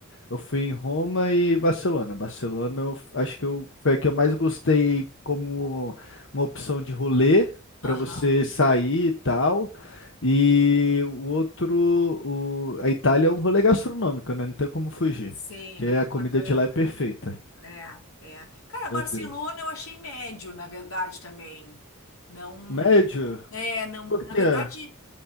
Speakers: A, on the left; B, on the left.
A: Eu fui em Roma e Barcelona. Barcelona, eu f- acho que eu, foi a que eu mais gostei como uma opção de rolê para
B: Aham.
A: você sair e tal. E o outro, o- a Itália é um rolê gastronômico, né? Não tem como fugir,
B: Sim,
A: porque
B: é muito
A: a comida
B: bacana.
A: de lá é perfeita.
B: É, é. Cara,
A: Meu
B: Barcelona
A: Deus.
B: eu achei médio, na verdade, também. Não.
A: Médio?
B: É, não,
A: Por
B: na
A: quê?
B: verdade,